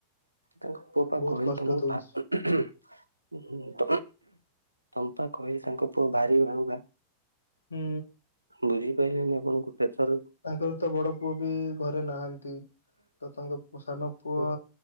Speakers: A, on the right; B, on the left.
A: ତାଙ୍କ ପୁଅ ପା
B: ବହୁତ
A: କହିଲି
B: କଷ୍ଟ
A: ତମକୁ
B: ଦଉଛି
A: ଭା <unintelligible> ତମପା କହିଲି ତାଙ୍କ ପୁଅ ଭାରି ବାଳୁଙ୍ଗା।
B: ହୁଁ।
A: ବୁଝିପାଇଲେନା ଆପଣଙ୍କୁ ଟେ ଥର।
B: ତାଙ୍କର ତ ବଡ ପୁଅ ବି ଘରେ ନାହାନ୍ତି ତ ତାଙ୍କ ସାନ ପୁଅ
A: ହଁ